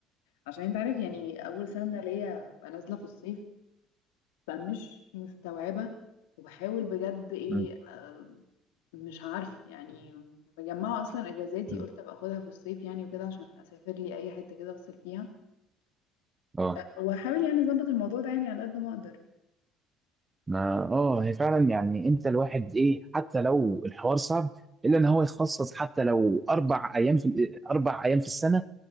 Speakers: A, on the left; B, on the right.
A: عشان انت عارف يعني اول سنه ليا ببقى نازله في الصيف فمش مستوعبه وبحاول بجد ايه
B: امم
A: آه، مش عارفه يعني مجمعه اصلا اجازاتي
B: امم
A: قلت ابقى اخدها في الصيف يعني وكده عشان اسافر لي اي حته كده افصل فيها
B: اه
A: واحاول يعني اظبط الموضوع ده يعني على قد ما اقدر
B: ما اه هي فعلا يعني انت الواحد ايه حتى لو الحوار صعب الا ان هو يخصص حتى لو اربع ايام في اربع ايام في السنه